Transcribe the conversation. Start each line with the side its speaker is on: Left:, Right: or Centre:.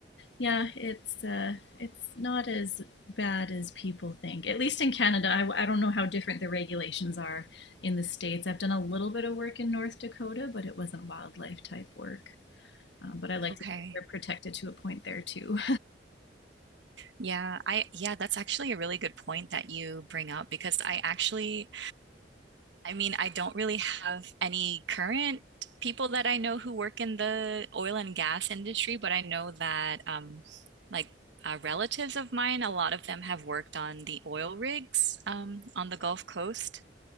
Left: yeah, it's uh, it's not as bad as people think. At least in Canada, I, I don't know how different the regulations are in the states. I've done a little bit of work in North Dakota, but it wasn't wildlife type work. Um, but I like
Right: Okay.
Left: to think they're protected to a point there too.
Right: Yeah, I yeah, that's actually a really good point that you bring up because I actually, I mean, I don't really have any current people that I know who work in the oil and gas industry, but I know that um like uh, relatives of mine, a lot of them have worked on the oil rigs um on the Gulf Coast.